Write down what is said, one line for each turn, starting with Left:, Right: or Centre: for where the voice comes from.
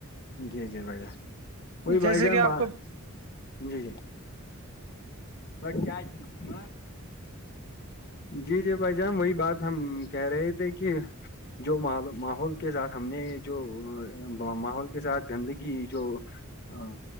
Left: جی جی بھ ج وہی
Right: جیسے
Left: بائی جان
Right: کہ آپ
Left: ب
Right: کو
Left: جی جی اور کیا جی ہ جی جی بھائی جان وہی بات ہم کہہ رہے تھے کہ جو ماحول کے ساتھ ہم نے جو ماحول کے ساتھ گندگی جو ہ